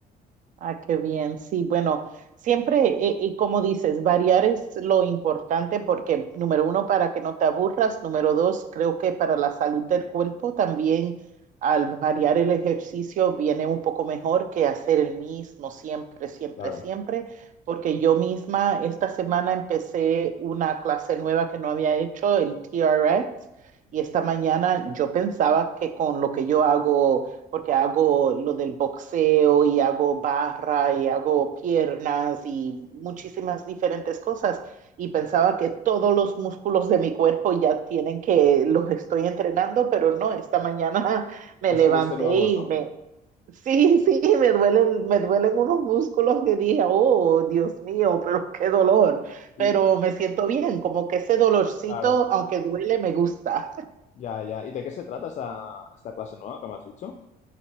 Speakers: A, on the right; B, on the left.
A: Ah, qué bien. Sí, bueno, siempre, eh, y como dices, variar es lo importante porque, número uno, para que no te aburras, número dos, creo que para la salud del cuerpo también al variar el ejercicio viene un poco mejor que hacer el mismo siempre, siempre,
B: claro.
A: siempre, porque yo misma esta semana empecé una clase nueva que no había hecho, el TRX, y esta mañana yo pensaba que con lo que yo hago porque hago lo del boxeo y hago barra y hago piernas y muchísimas diferentes cosas. Y pensaba que todos los músculos de mi cuerpo ya tienen que los estoy entrenando, pero no, esta mañana <laughs> me
B: Descubriste
A: levanté
B: nuevos,
A: y
B: ¿no?
A: me, sí, sí, me duelen, me duelen unos músculos que dije, oh, Dios mío, pero qué dolor.
B: Y,
A: Pero me siento bien, como que ese dolorcito,
B: claro,
A: aunque duele, me gusta.
B: ya, ya. ¿Y de qué se trata esa, esta clase nueva que me has dicho?